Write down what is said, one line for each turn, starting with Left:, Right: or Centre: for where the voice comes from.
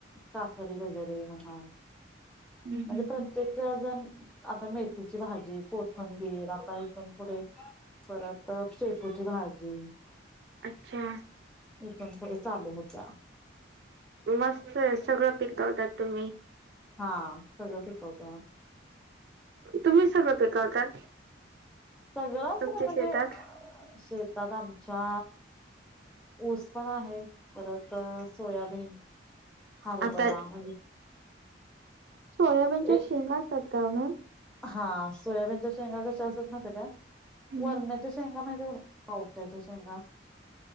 Centre: काकडी वगैरे म्हणा.
Right: हम्म
Centre: म्हणजे
Right: हम्म
Centre: प्रत्येक वे जण आता मेथीची भाजी कोथंबीर आता इथून पुढे परत शेपूची भाजी.
Right: अच्छा!
Centre: एकथन कडे चालू होता.
Right: मस्त आहे, सगळं पिकवतात तुम्ही
Centre: हा सगळं पिकवत.
Right: तुम्ही सगळं पिकवतात.
Centre: सगळंच
Right: तुमच्या
Centre: ना म्हणजे
Right: शेतात
Centre: शेतात आमच्या ऊस पण आहे परत सोयाबीन, हरभरा
Right: आता
Centre: म्हणजे
Right: सोयाबीनच्या
Centre: ए
Right: शेंगा का मॅम
Centre: हा सोयाबीनच्या शंगा कशा असतात माहित आहे का?
Right: मॅम
Centre: वरणाच्या शेंगा माहितीये का पावट्याच्या शेंगा